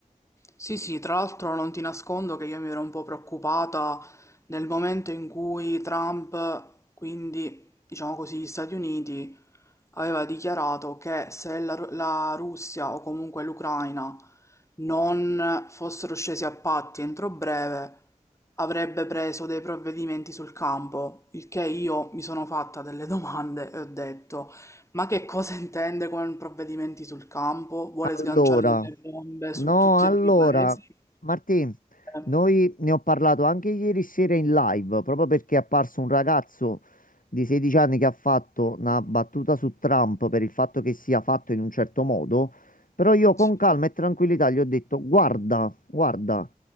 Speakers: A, on the left (about 20°); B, on the left (about 80°).
A: Sì, sì, tra l'altro non ti nascondo che io mi ero un po' preoccupata nel momento in cui Trump, quindi diciamo così, gli Stati Uniti aveva dichiarato che se la, Ru- la Russia o comunque l'Ucraina non fossero scesi a patti entro breve, avrebbe preso dei provvedimenti sul campo, il che io mi sono fatta delle domande e ho detto, ma che cosa intende con provvedimenti sul campo? Vuole sganciare
B: Allora,
A: delle bombe su
B: no,
A: tutti
B: allora,
A: e due i paesi?
B: Martì,
A: Eh,
B: noi ne ho parlato anche ieri sera in live, proprio perché è apparso un ragazzo di 16 anni che ha fatto una battuta su Trump per il fatto che sia fatto in un certo modo, però io con
A: Sì,
B: calma e tranquillità gli ho detto, guarda, guarda,